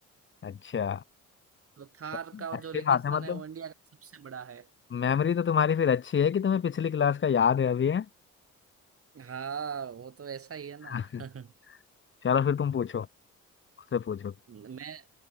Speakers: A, on the left; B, on the right.
A: अच्छा
B: तो थार
A: च-
B: का
A: अच्छी
B: जो रेगिस्तान
A: बात है मतलब
B: है वो इंडिया का सबसे बड़ा है
A: मेमोरी तो तुम्हारी फिर अच्छी है कि तुम्हें पिछली क्लास का याद है अभी है
B: हाँ वो तो ऐसा ही है ना
A: <laughs>
B: <laughs>
A: चलो फिर तुम पूछो उससे पूछो
B: मैं